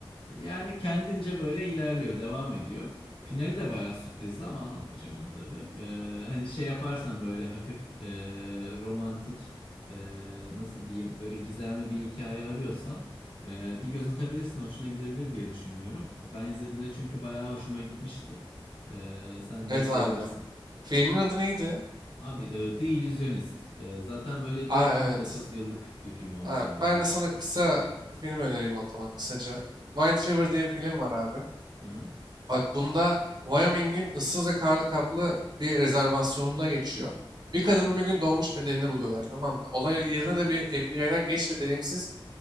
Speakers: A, on the left; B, on the right.
A: Yani kendince böyle ilerliyor, devam ediyor. Finali de bayağı sürprizdi ama anlatmayacağım onu tabii. Ee, hani şey yaparsan böyle hafif e, romantik e, nasıl diyeyim böyle gizemli bir hikaye arıyorsan e, bir göz atabilirsin hoşuna gidebilir diye düşünüyorum. Ben izlediğimde çünkü bayağı hoşuma gitmişti. E, sen de
B: Evet
A: izleyebilirsin.
B: abi. Filmin adı neydi?
A: Abi e, The Illusionist. E, zaten böyle bir
B: Aa
A: 19
B: evet.
A: yıllık bir film olması
B: Ha,
A: lazım
B: ben
A: 20
B: de sana
A: yıllık.
B: kısa bir film önereyim o zaman kısaca. White River diye bir film var abi.
A: Hı hı.
B: Bak bunda Wyoming'in ıssız ve karlı kaplı bir rezervasyonunda geçiyor. Bir kadının bir gün donmuş bedenini buluyorlar tamam mı? Olay yerine de bir FBI'den genç ve deneyimsiz